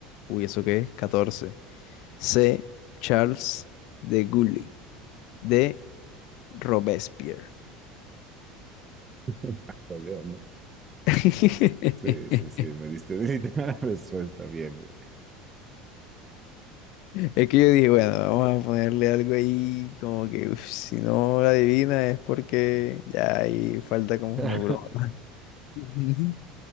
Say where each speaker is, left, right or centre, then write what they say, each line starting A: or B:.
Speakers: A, on the left; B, on the right.
A: Uy, ¿eso qué es? 14. C. Charles de Gaulle. D. Robespierre.
B: <laughs> Napoleón, ¿no?
A: <laughs>
B: Sí, sí, sí, me diste <laughs> la respuesta, bien.
A: Es que yo dije, bueno, vamos a ponerle algo ahí, como que uf, si no la adivina es porque ya ahí falta como
B: <laughs>
A: un neurona. Ujú.